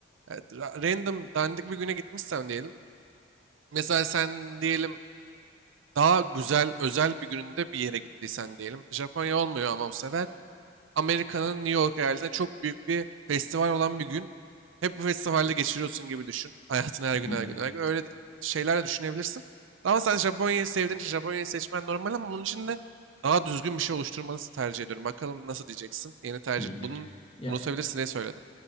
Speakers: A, on the right (about 80°); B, on the left (about 30°).
A: e, ra- random dandik bir güne gitmişsen diyelim. Mesela sen diyelim daha güzel özel bir gününde bir yere gittiysen diyelim. Japonya olmuyor ama bu sefer Amerika'nın New York eyaletinde çok büyük bir festival olan bir gün. Hep bu festivalde geçiriyorsun gibi düşün. Hayatın her gün
B: Hı,
A: her gün her gün. Öyle de- şeyler de düşünebilirsin. Ama sen Japonya'yı sevdiğin için Japonya'yı seçmen normal ama bunun için de daha düzgün bir şey oluşturmanızı tercih ediyorum. Bakalım nasıl diyeceksin. Yeni tercih.
B: hı.
A: Bunun
B: Ya
A: unutabilirsin diye söyledim.